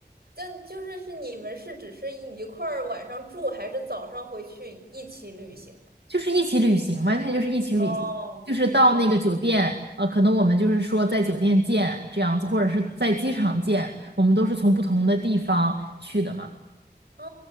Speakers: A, on the right; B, on the right.
A: 但就是是你们是只是一块儿晚上住，还是早上回去一起旅行？
B: 就是一起旅行，完全就是一起旅行，
A: 哦，
B: 就是到那个酒店，
A: 明白。
B: 呃，可能我们就是说在酒店见这样子，或者是在机场见，我们都是从不同的地方去的嘛。
A: 哦，